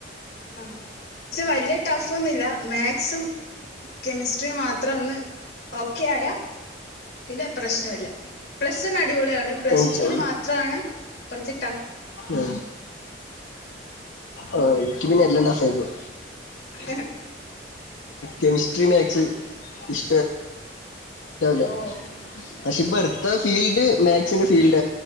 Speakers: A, on the left; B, on the left.
A: ആ പക്ഷെ വലിയ ടഫ് ഒന്നുംില്ല മാത്സും കെമിസ്ട്രി മാത്രം ഒന്ന് ഓക്കെ ആയാ പിന്നെ പ്രശ്നമല്ല പ്ലസ് വൺ അടിപൊളിയാണ് പ്ലസ്
B: എനിക്ക്
A: ടുൂൽ മാത്രമാണ് പ്രത്യേ
B: ആ ആ എനിക്ക് പിന്നെ എല്ലാണ്ടഫായിരുന്നു
A: ആഹ്
B: കെമിസ്ട്രി മാത്സ് ഇഷ െ
A: ഓ
B: പക്ഷെപ്പ എർത്ത ഫീൽഡ് മാത്സിന്റെ ഫീൽഡ